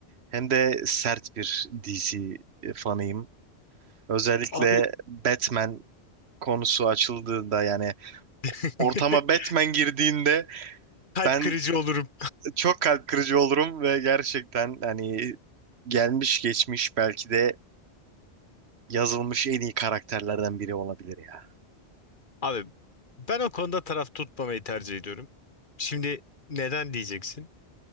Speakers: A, on the right; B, on the left.
A: hem de sert bir DC fanıyım. Özellikle
B: abi
A: Batman konusu açıldığında yani
B: <laughs>
A: ortama Batman girdiğinde
B: kalp
A: ben
B: kırıcı olurum.
A: çok kalp kırıcı olurum ve gerçekten hani gelmiş geçmiş belki de yazılmış en iyi karakterlerden biri olabilir ya.
B: Abi ben o konuda taraf tutmamayı tercih ediyorum. Şimdi neden diyeceksin?